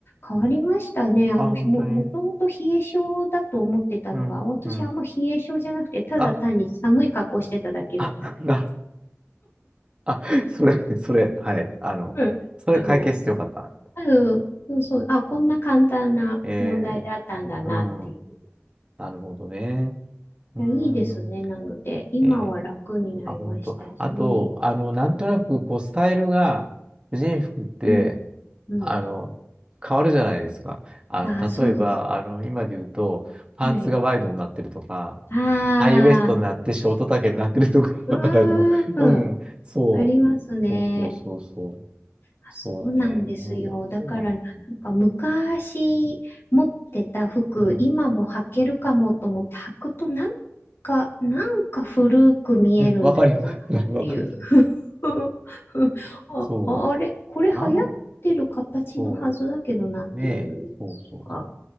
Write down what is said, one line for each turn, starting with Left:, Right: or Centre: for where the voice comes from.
Left: 変わりましたね。あの、
Right: あ、本当に。
Left: ひも、もともと冷え性だと思ってたのが、
Right: うん、
Left: 私あんま冷え性じゃなくて、
Right: うん。
Left: ただ単に寒い格好してただけだったの。
Right: あ、あ、<laughs> な、あ、それ、それ、はい。あの、
Left: うん。
Right: それ解決してよかった。
Left: あの、ある、そうそう、あ、こんな簡単な問題だったんだなっていう。
Right: えー、うん。なるほどね。うん。
Left: いや、いいですね。なので、今は楽になりましたし、
Right: ね、あ、本当。あと、あの、なんとなく、
Left: うん、
Right: こう、スタイルが、婦人服って、
Left: うん。うん
Right: あの、変わるじゃないですか。あの、
Left: あー、
Right: 例えば、
Left: そうです
Right: あの、今で言うと、パンツがワイドになってるとか、
Left: ね。はい。ああ、
Right: ハイウエストになってショート丈になってるとか、
Left: うーん、
Right: <laughs> あの、うん、そう。
Left: ありますね。
Right: そうそうそうそう。
Left: あ、
Right: そうだね。
Left: そうなんですよ。
Right: うん。
Left: だから、
Right: そうなんですね。
Left: なんか昔持ってた服、
Right: うん。
Left: 今も履けるかもと思って履くと、なんか、なんか古く見えるんだよな、
Right: うん、わかります。
Left: っていう。
Right: <laughs> それわかります。
Left: <laughs> あ、
Right: そ
Left: ああれ、これ流行ってる形のはずだけどな、
Right: う。なん、そ
Left: っていう
Right: う。ねえ。そうそうそう。
Left: か。